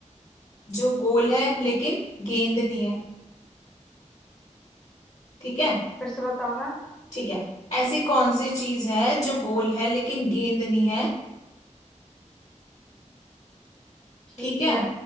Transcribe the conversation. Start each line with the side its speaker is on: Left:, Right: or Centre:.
Left: जो गोल है लेकिन गेंद नहीं है ठीक है
Centre: फिर से बताना
Left: ठीक है ऐसी कौन सी चीज है जो गोल है लेकिन गेंद नहीं है
Centre: ठीक
Left: ठीक है
Centre: है